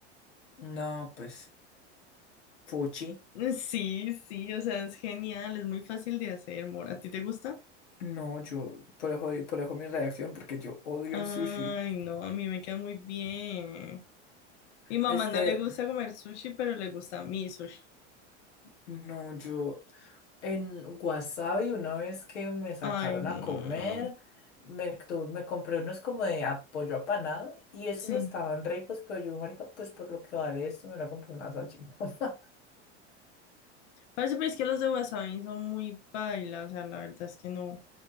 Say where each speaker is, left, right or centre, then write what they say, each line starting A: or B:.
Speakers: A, on the left (about 85°); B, on the left (about 75°).
A: No, pues, fuchi.
B: Sí, sí, o sea, es genial, es muy fácil de hacer, amor. ¿A ti te gusta?
A: No, yo, por eso, por eso mi reacción, porque yo odio
B: Ay,
A: el sushi.
B: no, a mí me queda muy bien. Mi mamá
A: Este,
B: no le gusta comer sushi, pero le gusta a mí sushi.
A: no, yo En Wasabi, una vez que me sacaron
B: Ay, no.
A: a comer, me, tu- me compré unos como de apoyo apanado y esos
B: Sí.
A: estaban ricos, pero yo, marica, pues por lo que vale esto, me la compré una salchipapa. <laughs>
B: Parece pues que los de Wasabi son muy paila, o sea, la verdad es que no,